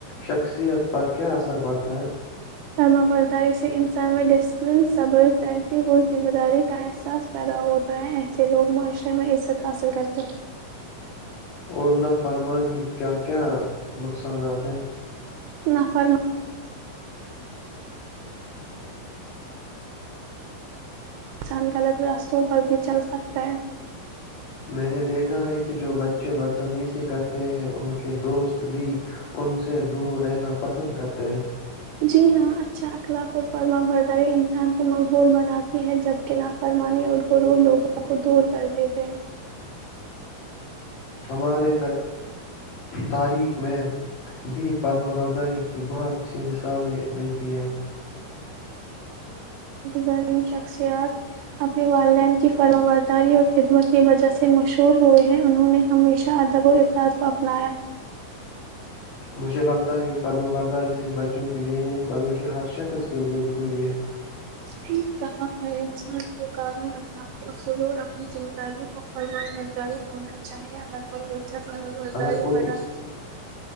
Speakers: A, on the left (about 80°); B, on the right (about 80°).
A: شخصیت پر کیا اثر پڑتا ہے
B: سرما برداری سے انسان میں ڈسپلن سبر تہذیب و ذمہ داری کا احساس پیدا ہوتا ہے ایسے لوگ معاشرے میں عزت حاصل کرتے ہیں
A: اور نا فرمانی کیا کیا نقصانات ہیں
B: نفر انسان غلط راستوں پر بھی چل سکتا ہے
A: میں نے دیکھا ہے کہ جو بچے بدتمیزی کرتے ہیں ان کے دوست بھی ان سے دور رہنا پسند کرتے ہیں
B: جی ہاں اچھا اخلاق اور فرما برداری انسان کو مقبول بناتی ہے جبک نافرمانی اور گرور لوگوں کو دور کر دیتے ہیں
A: ہمارے تاریخ میں بھی فرما برداری کی بہت سی مثالیں ملتی ہیں
B: ظریم شخصیات اپنے والدین کی فرم برداری اور خدمت کی وجہ سے مشہور ہوئے ہیں انہوں نے ہمیشہ ادب اور ارتااد کو اپنایا
A: مجھے لگتا ہے کہ پرم برداریرری بچوں کی لیے نہیں بلکہ ہر شخص کے لئے ضروری ہے
B: ھیک کہا ہر انسان کو قانون اخلاافی اصولوں اور اپنی ذمہ داریوں کو فرو ماری ہونا چاہیے اگر کوئی چپ ب
A: اگر کوئی
B: با جچ